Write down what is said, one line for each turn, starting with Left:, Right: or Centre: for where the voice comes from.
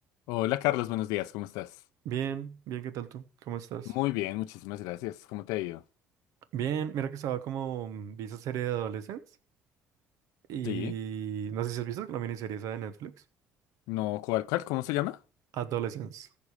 Left: Hola Carlos, buenos días, ¿cómo estás?
Right: Bien, bien, ¿qué tal tú? ¿Cómo estás?
Left: Muy bien, muchísimas gracias. ¿Cómo te ha ido?
Right: Bien, mira que estaba como, mm, vi esa serie de Adolescence y
Left: Sí.
Right: no sé si has visto la miniserie esa de Netflix.
Left: No, ¿cuál, cuál? ¿Cómo se llama?
Right: Adolescence.